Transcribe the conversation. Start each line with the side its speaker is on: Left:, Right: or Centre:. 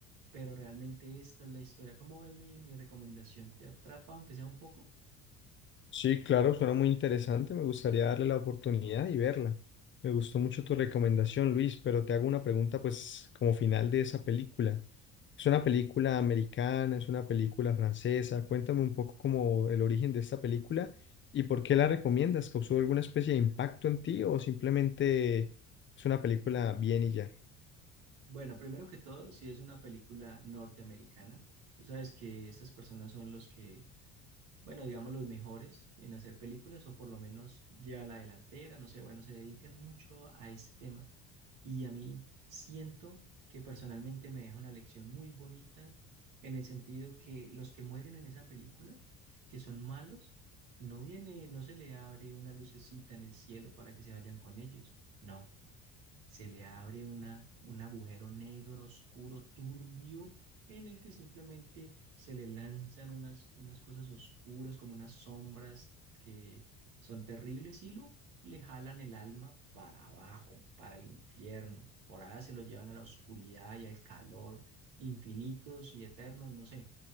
Right: pero realmente esta es la historia. ¿Cómo ves mi, mi recomendación? ¿Te atrapa, aunque sea un poco?
Left: Sí, claro, suena muy interesante. Me gustaría darle la oportunidad y verla. Me gustó mucho tu recomendación, Luis, pero te hago una pregunta, pues, como final de esa película. ¿Es una película americana? ¿Es una película francesa? Cuéntame un poco como el origen de esta película y por qué la recomiendas. ¿Causó alguna especie de impacto en ti o simplemente es una película bien y ya?
Right: Bueno, primero que todo, si es una película norteamericana, tú sabes que estas personas son los que bueno, digamos, los mejores en hacer películas o por lo menos llevan la delantera, no sé, bueno, se dedican mucho a este tema. Y a mí siento que personalmente me deja una lección muy bonita en el sentido que los que mueren en esa película, que son malos, no viene, no se le abre una lucecita en el cielo para que se vayan con ellos. No, se le abre una, un agujero negro, oscuro, turbio, en el que simplemente se le lanzan unas, unas cosas oscuras, como unas sombras que son terribles y lo le jalan el alma para abajo, para el infierno. Por allá se lo llevan a la oscuridad y al calor infinitos y eternos, no sé.